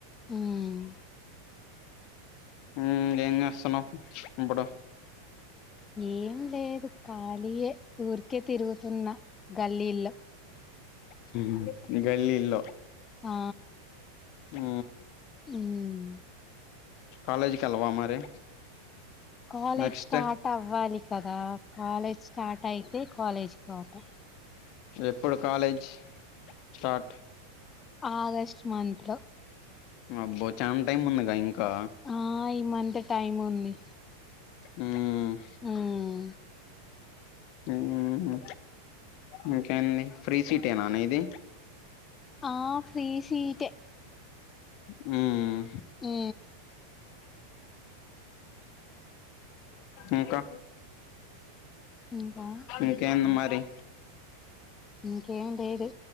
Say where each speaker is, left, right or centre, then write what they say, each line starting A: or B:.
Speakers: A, on the left (about 25°); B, on the left (about 50°).
A: హుమ్
B: హూ ఏం చేస్తున్నావు ఇప్పుడు
A: ఏం లేదు ఖాళీయే ఊరికే తిరుగుతున్న గల్లీల్లో
B: హు హుమ్ గల్లిల్లో
A: ఆ
B: హు
A: ఉమ్
B: కాలేజ్ కి కేలవ్వా మరి
A: కాలేజ్
B: నెక్స్ట్
A: స్టార్ట్ అవ్వాలి కదా, కాలేజ్ స్టార్ట్ అయితే కాలేజ్కి పోతా.
B: ఎప్పుడు కాలేజ్ స్టార్ట్
A: ఆగస్ట్ మంత్ లో
B: అబ్బో చానా టైమ్ ఉందిగా ఇంకా
A: ఆ ఈ మంత్ టైం ఉంది
B: హుమ్
A: ఉమ్
B: హు ఇంకేంది ఫ్రీ సీట్ ఏనా నీది
A: ఆ ఫ్రీ సీట్ ఏ
B: హుమ్
A: హూ
B: ఇంకా
A: ఇంకా
B: ఇంకేంది
A: ఇంకా
B: మరి
A: ఇంకేం లేదు